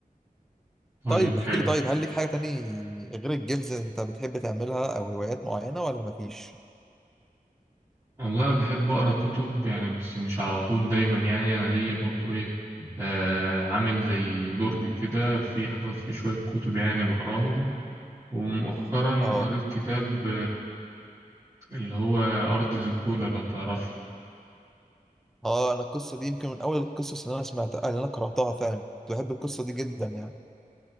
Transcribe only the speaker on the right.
طيب
حلو
والله انا بحب اقرا كتب يعني بس مش على طول دايما يعني انا ليا برضو ايه آه عامل زي درج كده في حاطط فيه شوية كتب يعني بقراهم ومؤخرا
قريت كتاب اللي هو أرض زيكولا لو تعرفه